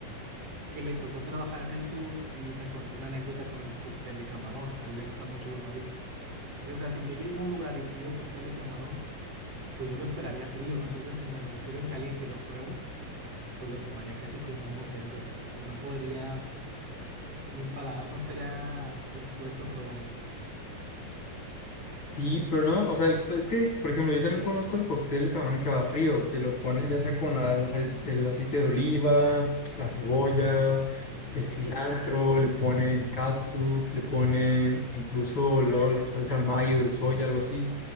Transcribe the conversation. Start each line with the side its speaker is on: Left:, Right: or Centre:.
Right: que le tocó trabajar en el sur y me contó una anécdota con el cóctel de camarón, a él le gustan mucho los mariscos. Sí, o sea, si yo llego a un lugar y pido cóctel de camarón, pues yo lo esperaría frío, ¿no? Entonces, si me lo sirven caliente y lo pruebo, pues lo tomaría casi como una ofensa. O sea, no podría Mi paladar no estaría dispuesto a probar eso.
Left: Sí, pero no, o sea, el co- es que, por ejemplo, yo también conozco el cóctel de camarón que va frío, que lo ponen ya sea con la- el acei- el aceite de oliva, la cebolla,
Right: Ajá,
Left: el cilantro, le ponen catsup, le ponen incluso luego la salsa mayo de soya, algo así.